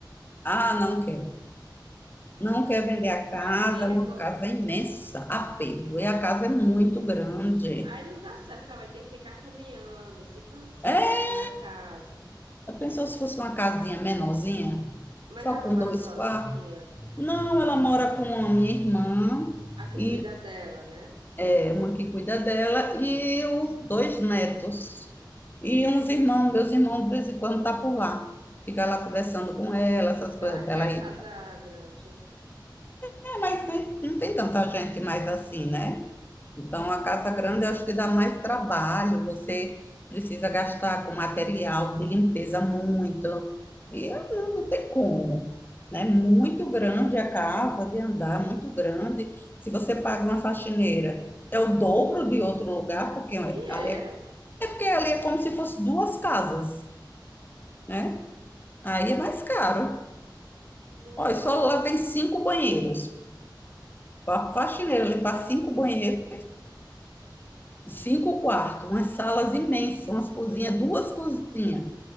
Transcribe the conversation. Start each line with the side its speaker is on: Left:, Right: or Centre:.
Left: Ah, não quer. Não quer vender a casa,
Right: Apego?
Left: é uma casa imensa, apego. E a casa é muito
Right: Vixe,
Left: grande.
Right: aí não dá certo, ela vai ter que ficar caminhando, se cansando
Left: É,
Right: na casa.
Left: eu pensou se fosse uma casinha menorzinha,
Right: Mas
Left: só
Right: ela
Left: com
Right: mora
Left: dois
Right: sozinha,
Left: quartos? Não, ela mora com a minha irmã
Right: a que
Left: e
Right: cuida dela, né?
Left: é uma que cuida dela e os dois netos. E uns irmãos, meus irmãos, de vez em quando tá por lá. Fica lá
Right: Ah,
Left: conversando com ela, essas
Right: Diz que
Left: coisas
Right: ela
Left: até
Right: quer
Left: ela
Right: a casa
Left: ir.
Right: grande.
Left: É, mas nem- não tem tanta gente mais assim, né? Então, a casa grande eu acho que dá mais trabalho, você precisa gastar com material de limpeza muito, e eh, não, não tem como, né? Muito grande a casa de andar, muito grande. Se você paga uma faxineira, é o dobro de outro lugar, porque
Right: E
Left: ali
Right: é,
Left: é, é porque ali é como se fosse duas casas, né? Aí é mais caro.
Right: meu
Left: Olha, só
Right: Deus.
Left: lá tem cinco banheiros. A faxineira limpar cinco banheiros cinco quartos, umas salas imensas, umas cozinhas, duas cozinhas.